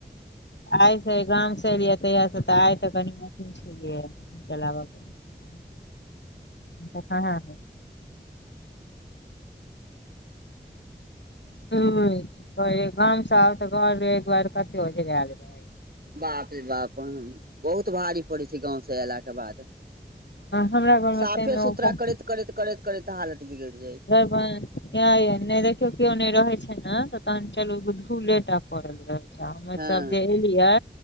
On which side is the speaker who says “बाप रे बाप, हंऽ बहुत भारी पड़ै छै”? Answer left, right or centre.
Right